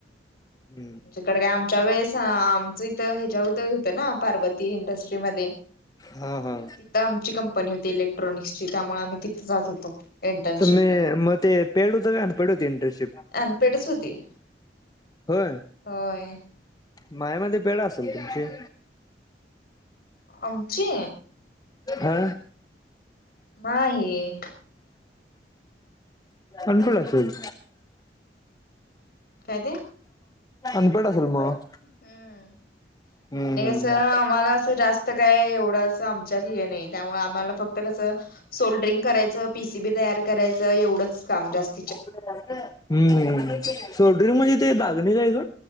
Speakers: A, on the left; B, on the left.
A: हं
B: जिकड काय आमच्या वेळेस आमचं इथं हेच्याव तळी होतं ना पार्वती इंडस्ट्रीमध्ये.
A: हा हा
B: तिथं आमची कंपनी होती इलेक्ट्रॉनिक्सची त्यामुळे आम्ही तिथं जात होतो. इंटर्नशिपला
A: तुम्ही म ते पेड होत का अनपेड होती इंटर्नशिप?
B: अनपेडच होती.
A: होय?
B: होय
A: मायामध्ये पेड असेल तुमची
B: आमची?
A: हा
B: नाही
A: अनपेड असेल
B: काय ते
A: अनपेड असेल मग.
B: हम्म
A: हम्म
B: आणि
A: हम्म.
B: कस, आम्हाला असं जास्त काय एवढं अस आम च्यात हे नाही. त्यामुळे आम्हाला फक्त कसं, सोल्डरिंग करायचं, पीसी बी तयार करायचं एवढंच काम जास्त
A: हम्म, सोल्ड्रिंक म्हणजे ते डागणी काय ग?